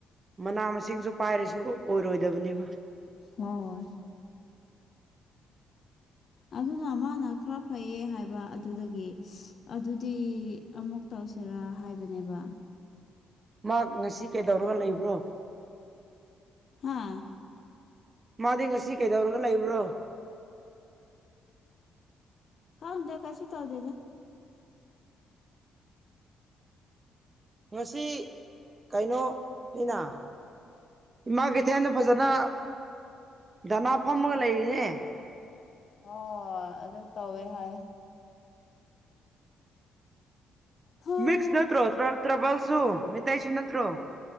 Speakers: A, on the right; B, on the left.
A: ꯃꯅꯥ ꯃꯁꯤꯡꯁꯨ ꯄꯥꯏꯔꯁꯨ ꯑꯣꯏꯔꯣꯏꯗꯕꯅꯦꯕ
B: ꯍꯣꯏ ꯑꯗꯨꯅ ꯃꯥꯅ ꯈꯔ ꯐꯩꯌꯦ ꯍꯥꯏꯕ ꯑꯗꯨꯗꯒꯤ ꯑꯗꯨꯗꯤ ꯑꯃꯨꯛ ꯇꯧꯁꯤꯔꯥ ꯍꯥꯏꯕꯅꯦꯕ
A: ꯃꯥ ꯉꯁꯤ ꯀꯩꯗꯧꯔꯒ ꯂꯩꯕ꯭ꯔꯣ
B: ꯍꯥꯥ
A: ꯃꯥꯗꯤ ꯉꯁꯤ ꯀꯩꯗꯧꯔꯒ ꯂꯩꯕ꯭ꯔꯣ
B: ꯈꯥꯎꯗꯦ ꯀꯥꯏꯁꯨ ꯇꯥꯎꯗꯦꯗ
A: ꯉꯁꯤ ꯀꯩꯅꯣꯅꯤꯅ ꯏꯃꯥ ꯀꯩꯊꯦꯜꯅ ꯐꯖꯅ ꯗꯅꯥ ꯐꯝꯃꯒ ꯂꯩꯔꯤꯅꯦ
B: ꯑꯣ ꯑꯗꯨ ꯇꯧꯋꯦ ꯍꯥꯏ ꯍꯁ
A: ꯃꯤꯛꯁ ꯅꯠꯇ꯭ꯔꯣ ꯇ꯭ꯔꯥꯕꯜꯁꯨ ꯃꯤꯇꯩꯁꯨ ꯅꯠꯇ꯭ꯔꯣ